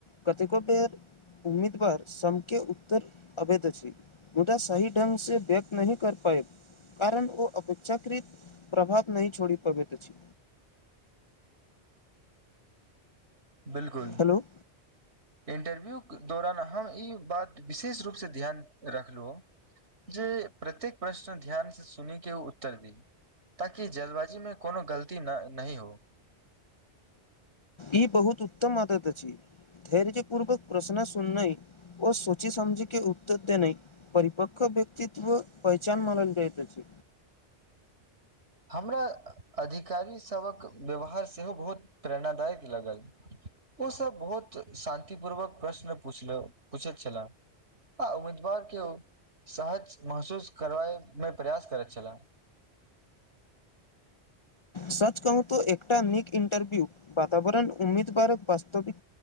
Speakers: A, on the left; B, on the right.
A: कतेको पैट उम्मीदवार संग के उत्तर अबैत अछि मुदा सही ढंग से व्यक्त नहि कर पायब कारण ओ अपेक्षाकृत प्रभाव नहि छोड़ी पाबैत अछि
B: बिल्कुल
A: हेलो।
B: इंटरव्यू के दौरान हम ई बात विशेष रूप सँ ध्यान रखलु जे प्रत्येक प्रश्न ध्यान से सुनी के उत्तर दी ताकि जल्दबाजी में कोनो गलती न नहीं हो
A: ई बहुत उत्तम आदत अछि धैर्य पूर्वक प्रश्न सुन नैइ ओ सोची समझी के उत्तर देनै परिपक्व व्यक्तित्व पहिचान मानल जाइत अछि
B: हमरा अधिकारी सभक व्यवहार सेहो बहुत प्रेरणादायक लागल ओ सभ बहुत शान्ति पूर्वक प्रश्न पुछल पूछैत छलाह आ उम्मीदवार के ओ सहज महसूस करबाए मे प्रयास करैत छला
A: सच कहूत एकटा नीक इन्टरव्यू वातावरण उम्मीदवारक वास्तविक